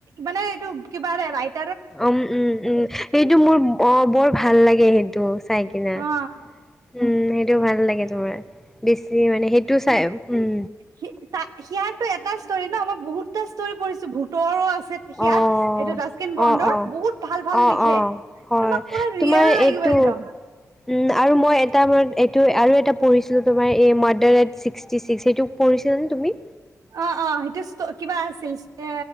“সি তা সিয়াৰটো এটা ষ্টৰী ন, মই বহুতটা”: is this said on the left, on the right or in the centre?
Right